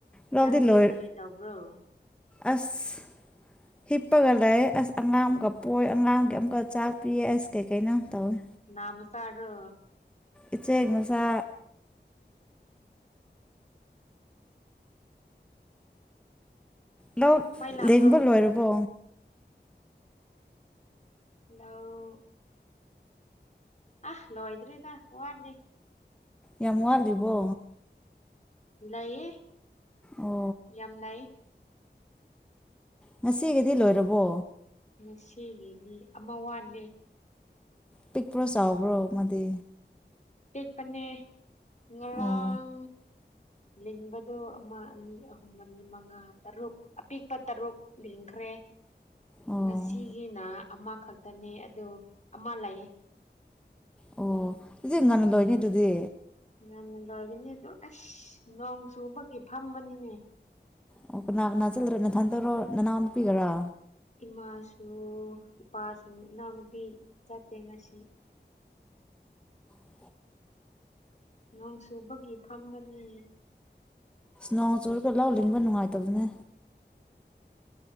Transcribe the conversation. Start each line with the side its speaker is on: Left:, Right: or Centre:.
Centre: ꯂꯧꯗꯤ
Left: ꯅꯪꯗꯤ
Centre: ꯂꯣꯏ
Left: ꯀꯔꯤꯇ ꯑꯣꯕ꯭ꯔꯣ
Centre: ꯑꯁ ꯍꯤꯞꯄꯒ ꯂꯩ ꯑꯁ ꯑꯉꯥꯡ ꯑꯃꯀ ꯄꯣꯛ ꯑꯉꯥꯡ ꯑꯃꯨꯛꯀ ꯆꯥꯛ ꯄꯤꯌꯦ ꯑꯁ ꯀꯩ ꯀꯩꯅꯣ ꯇꯧꯏ
Left: ꯃ ꯁꯥꯔꯣ
Centre: ꯏꯆꯦꯛ ꯃꯁꯥ ꯂ
Left: ꯃꯩ ꯂꯥꯛꯄ꯭ꯔꯣ
Centre: ꯂꯦꯡꯕ ꯂꯣꯏꯔꯕꯣ
Left: ꯍꯜꯂꯣ ꯑ ꯂꯣꯏꯗ꯭ꯔꯦꯗ ꯋꯥꯅꯤ
Centre: ꯌꯥꯝ ꯋꯥꯠꯂꯤꯕꯣ
Left: ꯂꯩꯌꯦ
Centre: ꯑꯣ
Left: ꯌꯥꯝ ꯂꯩꯥꯏꯌꯦ
Centre: ꯉꯁꯤꯒꯤꯗꯤ ꯂꯣꯏꯔꯕꯣ
Left: ꯉꯁꯤꯒꯤꯗꯤ ꯑꯃ ꯋꯥꯠꯂꯦ
Centre: ꯄꯤꯛꯄ꯭ꯔꯣ ꯆꯥꯎꯕ꯭ꯔꯣ ꯃꯥꯗꯤ
Left: ꯀ ꯄꯟꯅꯦꯥꯡ
Centre: ꯑꯣ
Left: ꯂꯤꯡꯕꯗꯨ ꯑꯃ ꯑꯅꯤ ꯑꯍꯨꯝ ꯃꯔꯤ ꯃꯉꯥ ꯇꯔꯨꯛ ꯑꯄꯤꯛꯄ ꯇꯔꯨꯛ ꯂꯦꯡꯈ꯭ꯔꯦ ꯍ
Centre: ꯑꯣ
Left: ꯉꯁꯤꯒꯤꯅ ꯑꯃꯈꯛꯇꯅꯦ ꯑ ꯑꯃ ꯂꯩꯥꯛꯌꯦ
Centre: ꯑꯣ ꯁꯤꯖꯤ ꯉꯟꯅ ꯂꯣꯏꯅꯦ ꯑꯗꯨꯗꯤ
Left: ꯌꯥꯝꯅ ꯂꯣꯏꯔꯤꯅꯤ ꯑꯗꯨ ꯑꯁ ꯅꯣꯡ ꯆꯨꯕꯒꯤ ꯐꯝꯕꯅꯤꯅꯦ
Centre: ꯑꯣ ꯀꯅꯥꯒꯅꯥ ꯆꯜꯗ꯭ꯔꯦ ꯅꯊꯟꯗꯔꯣ ꯅꯅꯥꯎ ꯅꯨꯄꯤꯒꯔꯥ
Left: ꯏꯃꯥꯁꯨ ꯏꯄꯥꯁꯨ ꯏꯅꯥꯎꯅꯨꯄꯤ ꯆꯠꯇꯦ ꯉꯁꯤ
Centre: ꯑꯣ
Left: ꯅꯣꯡ ꯁꯨꯕꯒꯤ ꯐꯝꯕꯅꯦ
Centre: ꯅꯣꯡ ꯆꯨꯔꯒ ꯂꯧ ꯂꯤꯡꯕ ꯅꯨꯡꯉꯥꯏꯇꯕꯗꯨꯅꯦ